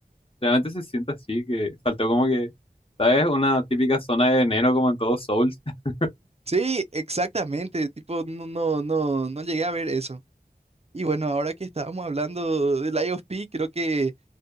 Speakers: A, on the left; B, on the right.
A: realmente se siente así, que faltó como que, ¿sabes? Una típica zona de veneno como en todos Souls. <laughs>
B: Sí, exactamente, tipo, no, no, no, no llegué a ver eso. Y bueno, ahora que estábamos hablando del IOP, creo que